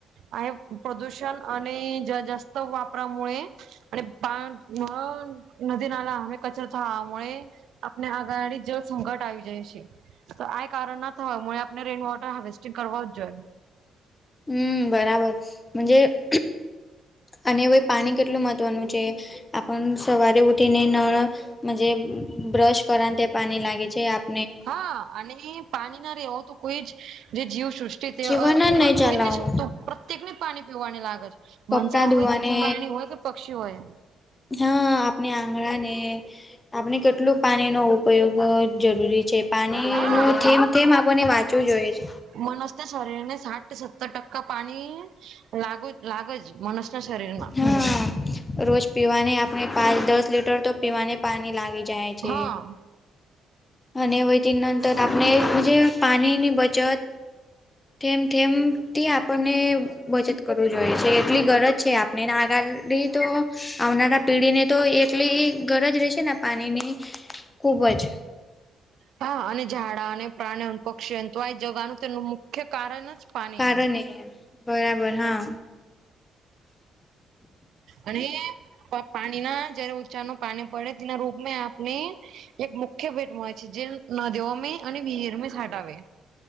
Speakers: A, on the right; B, on the left.
A: આ પ્રદૂષણ અને જાસ્ત વાપરા મુએ અને પા હ નદી નાલા હમે કચરો થવા મુ આપને આગાડી જળ સંકટ આવી જાય છે તો આઈ કારણ ના થવા હોય આપણે રેન વોટર હાર્વેસ્ટિંગ કરવા જ જોઈએ
B: હમ બરાબરજે અને પાણી કેટલું મહત્વનું છે આપણ સવારે ઉઠીને ન મજે બ્રશ કરન તે પાણી લાગી છે આપ
A: હા અને પાણી ના રહેેવો તો કોઈ જ જે જીવ સૃષ્ટિ તે
B: જીવાના ચલાવો
A: રહી નહી શકતું પ્રત્યેક ની પાણી પીવાની લાગે
B: કપડા
A: મનસા
B: ધોવાને
A: હોય કે પ્રાણી હોય કે પક્ષી હોય
B: હા આપણે આંગણા ને આપણે કેટલું પાણીનો ઉપયોગ જરૂરી છે પાણી
A: હા
B: ન થમ થમ આપણને વાત શું જોઈશ
A: મનસ્ત શરીર ને સાઠ સત્તર ટક્કા પાણી લાગુ લાગે જ મણસ ના શરીર માં
B: હા રોજ પીવાને આપણે પાંચ દસ લીટર તો પીવાને પાણી લાગી જાય છે
A: હા
B: અને વૈતી નંતર આપણેજે પાણી ની બચત તેમ તેમે થી આપણને બચત કરવું જોઈએ એટલી ગરજ છે આપણેને આગાડી તો આવનારા પીઢી ને તો એકલી ગરજ રહેશે ને પાણીની ખુબ જ
A: હા અને ઝાડા અને પ્રાણી પક્ષી તો આ જગાનું મુખ્ય કારણ જ પાણી
B: કારણે બરાબર હા
A: અને પ પાણીના જયારે ઊંચાનું પાણી પડે તેના રૂપમાં આપણે એક મુક ખે ભેટમાં હોય છે, જે નદીઓમે અને વિહીરમે છાંટ આવેે